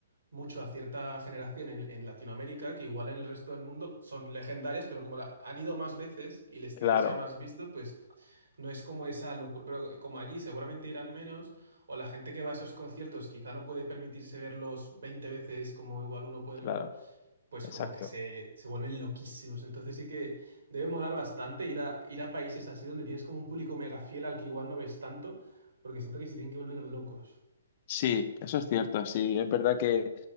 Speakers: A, on the right; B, on the left.
A: mucho a cierta generación en, en Latinoamérica, que igual en el resto del mundo son legendarias, pero como la- han ido más veces y les
B: claro,
A: tienes ya más vistos, pues no es como esa locura. Pero como allí seguramente irán menos. O la gente que va a esos conciertos quizá no puede permitirse verlos 20 veces como igual uno puede
B: claro,
A: en Europa, pues
B: exacto.
A: como que se, se vuelven loquísimos. Entonces sí que debe molar bastante ir a, ir a países así donde tienes como un público mega fiel al que igual no ves tanto, porque siento que se tienen que volver locos.
B: Sí, eso es cierto, sí. Es verdad que,